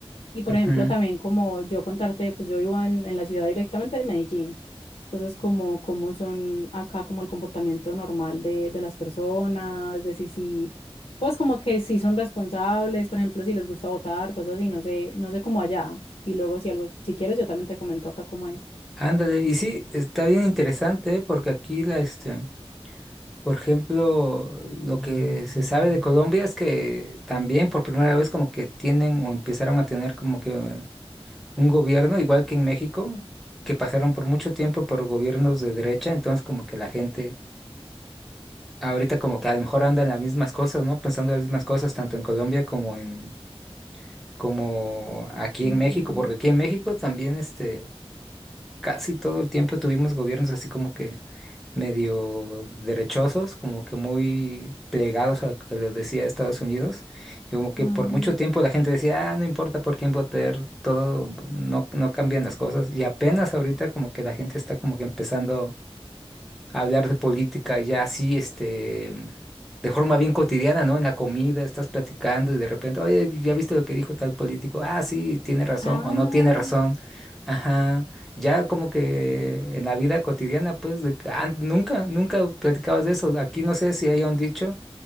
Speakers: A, on the left; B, in the centre.
A: Y por
B: Ujú.
A: ejemplo, también como yo contarte, pues yo vivo en, en la ciudad directamente de Medellín. Entonces, como cómo son acá como el comportamiento normal de, de las personas, de si, si, pues como que si son responsables, por ejemplo, si les gusta votar, cosas así, no sé, no sé cómo allá. Y luego si algo, si quieres, yo también te comento acá cómo es.
B: Ándale, y sí, está bien interesante, ¿eh? porque aquí la, este, por ejemplo, lo que se sabe de Colombia es que también por primera vez como que tienen o empezaron a tener como que eh, un gobierno, igual que en México, que pasaron por mucho tiempo por gobiernos de derecha, entonces como que la gente ahorita como que a lo mejor andan las mismas cosas, ¿no? Pensando en las mismas cosas tanto en Colombia como en, como aquí
A: Human-
B: en México, porque aquí en México también, este casi todo el tiempo tuvimos gobiernos así como que medio derechosos, como que muy plegados a lo que les decía Estados Unidos, y como
A: Ah,
B: que por mucho tiempo la gente decía, ah, no importa por quién votar, todo, no, no cambian las cosas, y apenas ahorita como que la gente está como que empezando hablar de política ya así, este, de forma bien cotidiana, ¿no? En la comida, estás platicando y de repente, oye, ¿ya viste lo que dijo tal político? Ah, sí, tiene razón
A: ah,
B: o no tiene razón. Ajá. Ya como que en la vida cotidiana, pues, de que, ah, nunca, nunca platicabas de eso. Aquí no sé si haya un dicho